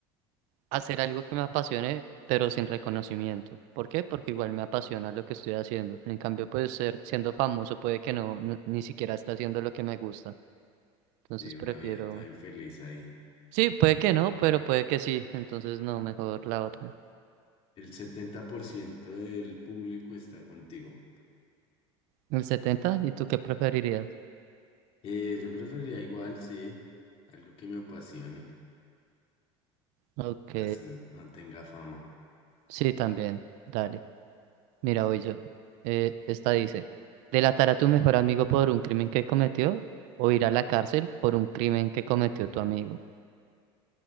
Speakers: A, on the right; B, on the left.
A: Hacer algo que me apasione, pero sin reconocimiento. ¿Por qué? Porque igual me apasiona lo que estoy haciendo. En cambio, pues ser, siendo famoso puede que no, no- ni siquiera está haciendo lo que me gusta. Entonces
B: Y una
A: prefiero...
B: vida toda infeliz ahí.
A: Sí, puede que no, pero puede que sí. Entonces no, mejor la otra.
B: El 70% del público está contigo.
A: El setenta ¿y tú qué preferirías?
B: Eh, yo preferiría igual, sí, algo que me apasione,
A: Ok,
B: así no tenga fama.
A: sí, también. Dale. Mira, voy yo. Eh, esta dice, ¿delatar a tu mejor amigo por un crimen que cometió o ir a la cárcel por un crimen que cometió tu amigo?